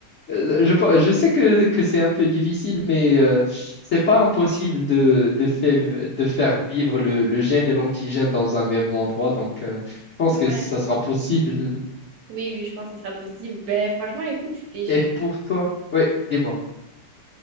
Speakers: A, on the left; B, on the right.
A: euh, Je, pe- je sais que, que c'est un peu difficile, mais euh, c'est pas impossible de, de, fait- de faire vivre le, le gène et l'antigène dans un même endroit. Donc, euh, je pense
B: Ouais.
A: que ça sera possible. <laughs>
B: Oui, oui, je pense que ça sera possible. Ben, franchement, écoute, c'était
A: Et pour toi? Oui, dis-moi.